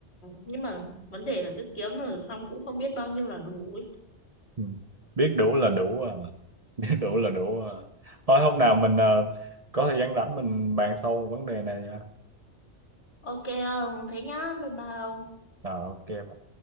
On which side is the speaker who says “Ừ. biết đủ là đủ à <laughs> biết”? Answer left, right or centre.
Right